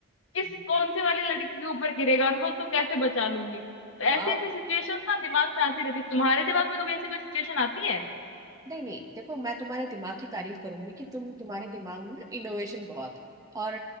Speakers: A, on the left; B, on the right.
A: किस
B: <laughs>
A: कौन सी वाली लड़की के ऊपर गिरेगा और मैं उसको कैसे बचा लूंगी तो
B: वाह
A: ऐसे ऐसे सिचुएशंस ना दिमाग में आती रहती है तुम्हारे दिमाग में कभी ऐसी कोई सिचुएशन आती है
B: नहीं नहीं देखो मैं तुम्हारे दिमाग की तारीफ करूंगी कि तुम तुम्हारे दिमाग में ना इनोवेशन बहुत है और